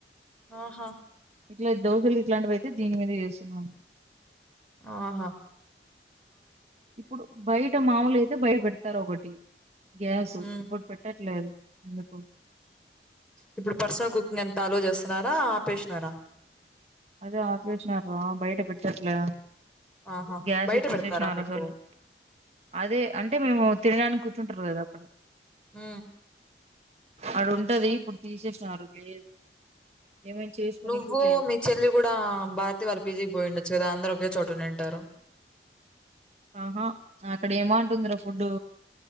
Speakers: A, in the centre; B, on the right.
A: ఆహా
B: ఇట్లా దోశలకి ఇట్లాంటివి పోయితే దీని మీద చేస్తున్నాను
A: ఆహో
B: ఇప్పుడు బయట మాములు అయితే బయ పెడతారు ఒకటి గ్యాస్
A: హ్మ్
B: ఇప్పుడు పెట్టట్లేదు ఎండ ప
A: ఇప్పుడు పర్సనల్ కుకింగ్ ఎంత ఆలో చేస్తున్నారా ఆపేసినారా
B: అదే ఆప్రేషన్ బయట పెట్టట్లే
A: ఆహా
B: గ్యాసే
A: బయట
B: తీసేసిన
A: పెడతారా మీకు
B: అసలు అదే అంటే మేము తినడానికిర్చ చంటారు కదా అక్కడ
A: హ
B: అడుంటది ఇప్పుడు తీసేసినారు లేదు ఏమనా చేసుకునేది
A: నువ్వు
B: లేదు
A: మీ చెల్లి కూడా భారతి వాళ్ళ పీజీ పోయి ఉండొచ్చు కదా అందరు ఒకే చోట నింటారు
B: ఆహా అక్కడ ఏమంటుందిరా ఫుడ్డు